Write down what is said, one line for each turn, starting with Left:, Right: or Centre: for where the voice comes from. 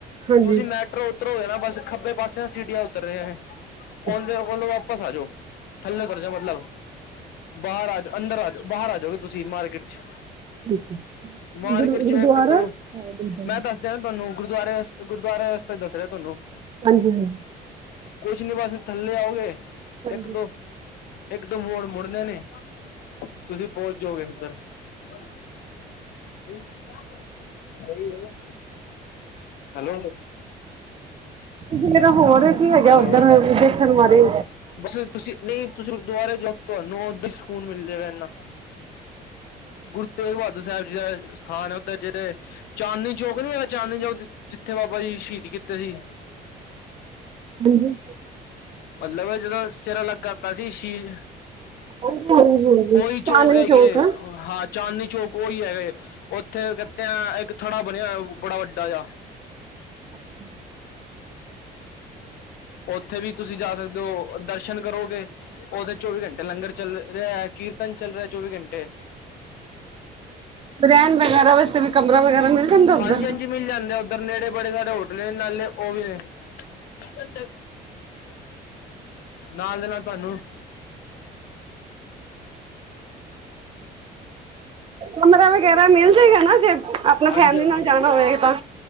Right: ਹਾਂਜੀ
Left: ਤੁਸੀਂ
Right: ਠੀਕ
Left: ਮੈਟਰੋ ਉਤਰੋਗੇ ਨਾ, ਬਸ ਖੱਬੇ ਪਾਸੇ ਸੀਡੀਆਂ ਉਤਰ ਰਹੇ, ਉਹਦੇ
Right: ਹੈ
Left: ਵਾਪਸ ਆ ਜਾਓ, ਥੱਲੇ ਉਤਰ ਜਾਓ ਮਤਲਬ, ਬਾਹਰ ਆ ਜਾ, ਅੰਦਰ ਆ ਜਾ ਬਾਹਰ ਆ ਜਾਓਗੇ ਤੁਸੀਂ ਮਾਰਕੀਟ 'ਚ
Right: ਠੀਕ ਹੈ ਤੇ
Left: ਮਾਰਕੀਟ
Right: ਗੁਰ ਗੁਰਦੁਆਰਾ
Left: ਚ ਇੱਕ ਦੋ
Right: ਹਾਂਜੀ ਹਾਂਜੀ
Left: ਮੈਂ ਦੱਸਦਿਆਂ ਤੁਹਾਨੂੰ ਗੁਰਦੁਆਰੇ ਗੁਰਦੁਆਰੇ ਦਾ ਰਸਤਾ ਦੱਸ ਰਿਹਾ ਤੁਹਾਨੂੰ
Right: ਹਾਂਜੀ ਹਾਂਜੀ।
Left: ਕੁਛ ਨੀ ਬਸ ਥੱਲੇ ਆਓਗੇ,
Right: ਹਾਂਜੀ
Left: ਇੱਕ ਦੋ ਇਕ ਦੋ ਮੋੜ ਮੁੜਨੇ ਨੇ ਤੁਸੀਂ ਪਹੁੰਚ ਜਾਓਗੇ ਉੱਧਰ <inaudible> ਹੈਲੋ।
Right: ਜੇ ਤਾਂ ਹੋਰ ਕੀ ਹੈਗਾ
Left: ਹੈਲੋ
Right: ਉੱਧਰ ਦੇਖਣ ਵਾਲੇ,
Left: ਬਸ ਤੁਸੀਂ ਨਹੀਂ ਤੁਸੀਂ ਗੁਰਦੁਆਰੇ ਜਾਓ ਤੁਹਾਨੂੰ ਓਦਾਂ ਹੀ ਸਕੂਨ ਮਿਲਜੇ ਗਾ ਏਨਾ ਗੁਰੂ ਤੇਗ ਬਹਾਦਰ ਸਾਹਿਬ ਜੀ ਦਾ ਸਥਾਨ ਹੈ ਉੱਧਰ ਜਿਹੜੇ ਚਾਂਦਨੀ ਚੌਕ ਨੀ ਹੈਗਾ ਚਾਂਦਨੀ ਚੌਕ, ਜਿੱਥੇ ਬਾਬਾ ਜੀ ਸ਼ਹੀਦ ਕੀਤੇ ਸੀ।
Right: ਹਾਂਜੀ-
Left: ਮਤਲਬ ਜਦੋਂ ਸਿਰ ਅ ਲਗ ਕਰਤਾ ਸੀ ਸ਼ੀਸ਼
Right: ਹਾਂਜੀ ਹਾਂਜੀ ਹਾਂਜੀ
Left: ਉਹੀ ਚੌਂਕ
Right: ਚਾਂਦਨੀ
Left: ਹੈਗੀ
Right: ਚੌਕ
Left: ਹੈ ਹਾਥ ਚਾਂਦਨੀ ਚੌਕ ਉਹੀ ਹੈਗੇ, ਉੱਥੇ ਕਹਤੇ ਇੱਕ ਥੜਾ ਬਣਿਆ ਬੜਾ ਵੱਡਾ ਜਿਹਾ।
Right: ਅੱਛਾ।
Left: ਉੱਥੇ ਵੀ ਤੁਸੀਂ ਜਾ ਸਕਦੇ ਹੋ ਦਰਸ਼ਨ ਕਰੋਗੇ, ਉਹਦਦੇ ਚੌਵੀ ਘੰਟੇ ਲੰਗਰ ਚੱਲ ਰਿਹਾ, ਕੀਰਤਨ ਚੱਲ ਰਿਹਾ ਚੌਵੀ ਘੰਟੇ।
Right: ਰਹਿਣ ਵਗੈਰਾ ਵੈਸੇ ਵੀ ਕਮਰਾ ਵਗੈਰਾ ਮਿਲ, ਜਾਂਦਾ ਉੱਧਰ
Left: ਹਾਂਜੀ ਹਾਂਜੀ ਮਿਲ ਜਾਂਦੇ ਆ, ਉੱਧਰ ਨੇੜੇ ਬੜੇ ਸਾਰੇੇ ਹੋਟਲ ਏ ਨਾਲੇ ਉਹ ਵੀ ਨੇ <unintelligible> ਨਾਲ ਦੇ ਨਾਲ ਤੁਹਾਨੂੰ <inaudible>
Right: ਕਮਰਾ ਵਗੈਰਾ ਮਿਲ ਜਾਏਗਾ ਨਾ ਜੇ ਆਪਣਾ
Left: ਹਾਂਜੀ
Right: ਫੈਮਿਲੀ
Left: ਹਾਂਜੀ
Right: ਨਾਲ
Left: ਮਿਲਦੇ
Right: ਜਾਣਾ ਹੋਵੇ
Left: ਆ
Right: ਤਾਂ।